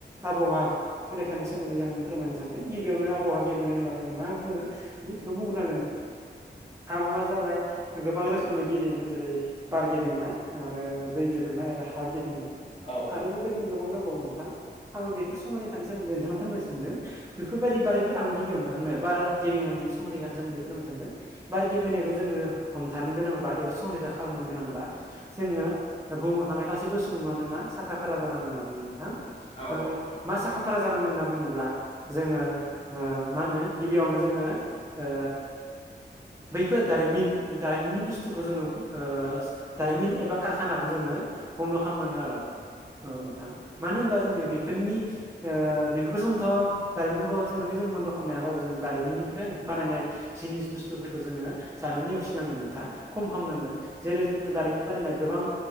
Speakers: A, on the right; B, on the left.
A: आबहावा संरैखानि सोमोन्दै आं फोरमायनो सानदों। गिबियावनो आबहावा गेबेंनायनि होनबा मा बुङो इखौ बुंग्रोनांगोन। आबहावा जाबाय गोबां रोखोमै गेबेङो जेरै बार गेबेंनाय आरो दै गेबेंनाय आरो हा। हा गेबेंनाय।
B: औ
A: आरो
B: औ।
A: बेबायदिनो गोबां दंबावो नोंथां आं बेफोर संरैखानि सोमोन्दै नोंथांनो फोरमायनो सानदों। बेफोरबायदि बार आं गिबियावनो थांनो बार गेबेंनायनि संरैखानि सोमोन्दै फोरमायनो सानदों बार गेबेंनायाबो जोङो हमथानो गोनांबा एबा संरैखा खालामनो गोनांबा जोङो बुहुमाव थानाय गासैबो सुबुङानो मा साखा फारा‌ जानांगोन आरो नोंथां
B: औ
A: ओ
B: औ नोंथां
A: मा साखा-फारा जानांगोन होनना बुङोब्ला जोङो ओ मा होनो गिबियावनो जोङो ओ बैफोर दारिमिन दारिमिननि बुस्थुखौ जोङो ओ दारिमिन एबा कारखानाखौ जोङो बन्द' खामनांगोन आरो औ नोंथां। मानो होनबा जोङो बेफोरनि ओ बेफोरखौ जोंथ' दारिमिनफोरखौ थोंजोङै जों बन्द' खामनो हायाबाबो जों दारिमिनिजों बानायनाय जिनिस बुस्थुफोरखौ जोङो जानो नेवसिनांगोन नोंथां खम खालामनांगोन जेरै जोङो दारिमिन बानायनाय गोबां